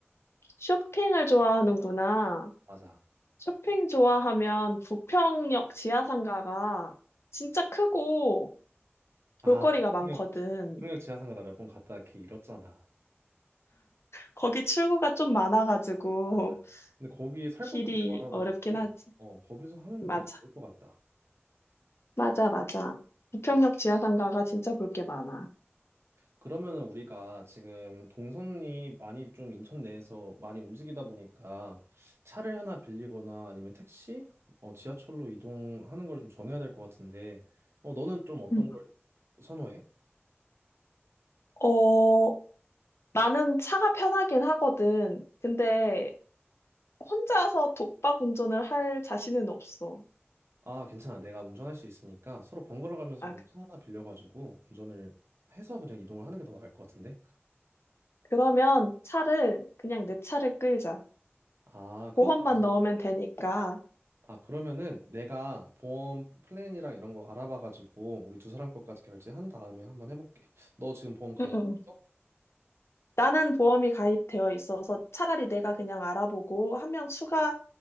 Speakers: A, on the left; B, on the right.
A: 쇼핑을 좋아하는구나.
B: 맞아.
A: 쇼핑 좋아하면 부평역 지하상가가 진짜 크고
B: 아,
A: 볼거리가 많거든.
B: 북풍역, 북풍역 지하상가 나 몇 번 갔다 걔 잃었잖아.
A: 거기 출구가 좀 많아가지고
B: 맞아. 근데 거기 살
A: 길이
B: 것도 되게 많아가지고,
A: 어렵긴 하지.
B: 어, 거기서 하면
A: 맞아.
B: 되게 좋을 것 같다.
A: 맞아, 맞아. 부평역 지하상가가 진짜 볼 게 많아.
B: 그러면은 우리가 지금 동선이 많이 좀 인천 내에서 많이 움직이다 보니까 차를 하나 빌리거나 아니면 택시, 어, 지하철로 이동하는 걸 좀 정해야 될 것 같은데, 어, 너는 좀 어떤
A: 음.
B: 걸 선호해?
A: 어, 나는 차가 편하긴 하거든. 근데 혼자서 독박 운전을 할 자신은 없어.
B: 아, 괜찮아. 내가 운전할 수 있으니까 서로 번갈아 가면서
A: 아,
B: 그럼 차 하나 빌려가지고 운전을 해서 그냥 이동을 하는 게 더 나을 것 같은데?
A: 그러면 차를 그냥 내 차를 끌자.
B: 아, 그것도
A: 보험만
B: 괜찮아.
A: 넣으면 되니까.
B: 아, 그러면은 내가 보험 플랜이랑 이런 거 알아봐가지고 우리 두 사람 것까지 결제한 다음에 한번 해볼게. 너 지금 보험 가입했어?
A: 응, 응, 응. 나는 보험이 가입되어 있어서 차라리 내가 그냥 알아보고 한 명 추가할